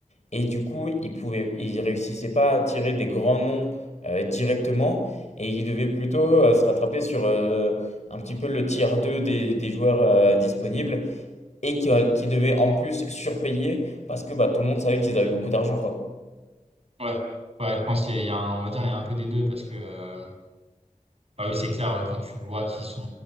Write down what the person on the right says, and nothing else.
Ouais, ouais, je pense qu'il y a, il y a un- on va dire il y a un peu des deux parce que, euh, bah oui, c'est clair euh, quand tu vois qu'ils sont,